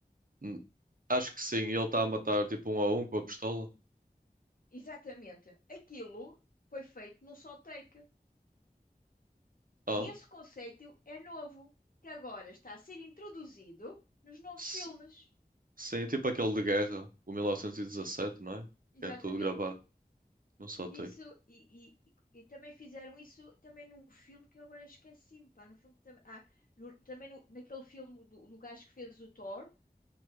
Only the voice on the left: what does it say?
Exatamente. Aquilo foi feito num só take.
E esse conceito é novo, que agora está a ser introduzido nos novos
filmes.
Exatamente.
Que
isso, e, e, e e também fizeram isso também num filme que eu agora esqueci-me, pá, no filme também, ah, no- também no- naquele filme do, do gajo que fez o Thor,